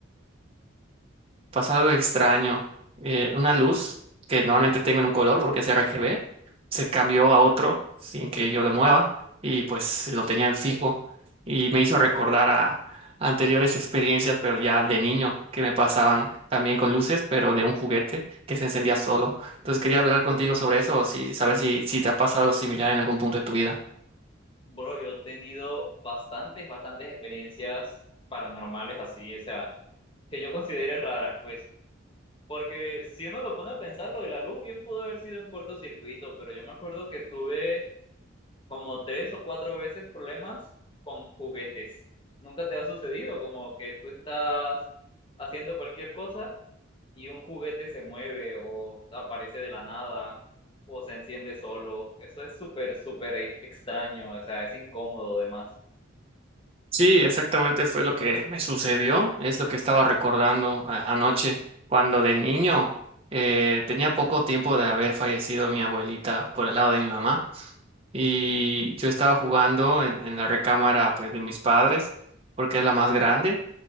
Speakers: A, on the right; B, on the left.
A: pasa algo extraño. Eh, una luz que normalmente tengo en un color porque es RGB, se cambió a otro sin que yo lo mueva y pues lo tenía en fijo y me hizo recordar a anteriores experiencias, pero ya de niño, que me pasaban también con luces, pero de un juguete que se encendía solo. Entonces quería hablar contigo sobre eso, o si saber si, si te ha pasado algo similar en algún punto de tu vida.
B: Bro, yo he tenido bastantes, bastantes experiencias paranormales así, o sea, que yo considere raras, pues. Porque si uno lo pone a pensar, lo de la luz bien pudo haber sido un cortocircuito, pero yo me acuerdo que tuve como tres o cuatro veces problemas con juguetes. ¿Nunca te ha sucedido como que tú estás haciendo cualquier cosa y un juguete se mueve o aparece de la nada o se enciende solo? Eso es súper, súper e-, extraño, o sea, es incómodo además.
A: Sí, exactamente fue lo que me sucedió, es lo que estaba recordando a- anoche, cuando de niño eh, tenía poco tiempo de haber fallecido mi abuelita por el lado de mi mamá y yo estaba jugando en, en la recámara pues de mis padres porque es la más grande